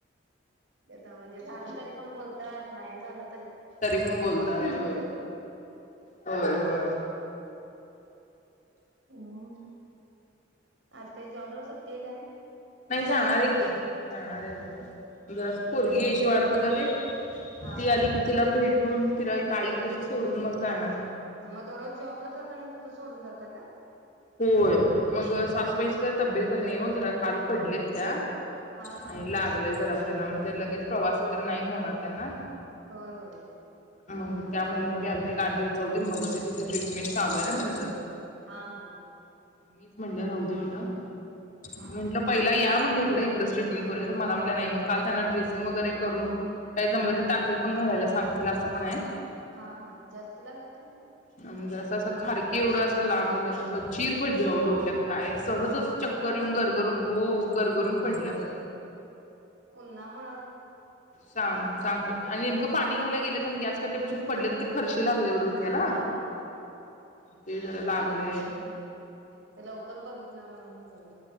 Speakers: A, on the right; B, on the left.
A: ते आता म्हणजे झालं तरी पण बोल त्यात नाही झालंत
B: तरी पण बोलतात होय होय होय
A: हम् आज काय जॉबला सुट्टी आहे काय?
B: नाही जाणार आहे की! जाणार
A: हा
B: आहे
A: हा
B: उद्या जरा असं पोरगी यायची वाट बघालोय
A: हा
B: ती आली
A: हा
B: की तिला भेट <unintelligible> तिला आई पशी सोडून मग जाणार
A: म दररोज जॉबला जातानी तिथ सोडून जातय का?
B: होय मग
A: हा
B: सासूबाईची ज तब्येत बरी नाही हो <unintelligible> काल पडलेत त्या आणि
A: हा हा हा
B: लागलंय जरा <inaudible> त्यांना म ते लगेच प्रवास वगैरे नाही होणार त्यांना
A: होय होय
B: मग त्या म्हणल्या की मी अजून एक आठ दिवस जाऊदे मग ते तिथे ट्रीटमेंट चालू आहे ना त्यांचं
A: हा हा ह
B: म मीच म्हणल राहुदे म्हणल
A: हा
B: म्हंटलं
A: हा
B: पहिला या म्हटलं म्हटल इकडच ट्रीटमेंट करूया तर मला म्हणल्या नाही मग काल त्यांना ड्रेसिंग वगैरे करून काय जमल तर टाके पण घालायला सांगतील असं पण य
A: हा हा जास्ती लागले काय
B: आम् जरास असं खारकीे एवढ अस लांब अस चीर पडली आओ डोक्यात काय सहजच
A: डोक्याला
B: चक्कर येऊन गरगरून हो गरगरुन पडल्या बघा.
A: उन्हामुळ
B: सांग सांगतायेत नाय आणि पाणी घ्यायला गेलेत आणि गॅसकट्यापशीच पडलेत ते फरशी लागलेय ओ डोक्याला
A: हा हा
B: ते जरा लागलय
A: ते लवकर बघितलं म्हणून बरं.